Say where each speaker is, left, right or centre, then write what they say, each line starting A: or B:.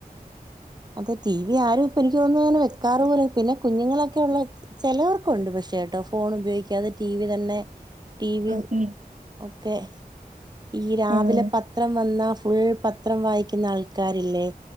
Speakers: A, on the right; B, on the right.
A: അതെ ടി വി ആരും ഇപ്പ എനിക്ക് തോനുന്നു അങ്ങെനെ വെക്കാറു പിന്നെ കുഞ്ഞുങ്ങളൊക്കെ ഉള്ള.. ചെലൊർക്കുണ്ട് പക്ഷേ കേട്ടോ ഫോൺ ഉപയോഗിക്കാതെ ടി വി തന്നെ.. ടിവിയും
B: ഉം ഉം
A: ഒക്കെ ഈ രാവിലെ
B: ഉം
A: പത്രം വന്ന ഫുൾ പത്.. പത്രം വായിക്കുന്ന ആൾക്കാരില്ലേ..